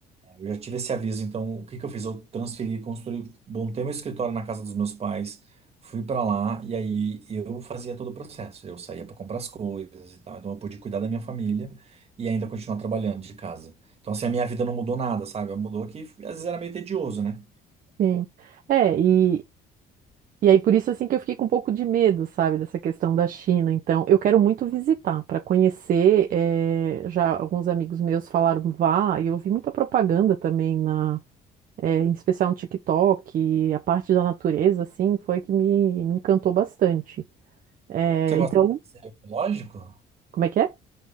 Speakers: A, on the right; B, on the right.
A: Eu já tive esse aviso, então o que que eu fiz? Eu transferi, construí, montei meu escritório na casa dos meus pais, fui pra lá e aí eu fazia todo o processo. Eu saía pra comprar as coisas e tal, então eu pude cuidar da minha família e ainda continuar trabalhando de casa. Então assim, a minha vida não mudou nada, sabe? Mudou que às vezes era meio tedioso, né?
B: Sim. É, e, E aí, por isso, assim, que eu fiquei com um pouco de medo, sabe, dessa questão da China. Então, eu quero muito visitar, para conhecer. eh, já alguns amigos meus falaram, vá, e eu vi muita propaganda também, na, eh, em especial no TikTok, e a parte da natureza, assim, foi que me, me encantou bastante. Eh,
A: Você gosta
B: então,
A: de passeio ecológico?
B: como é que é?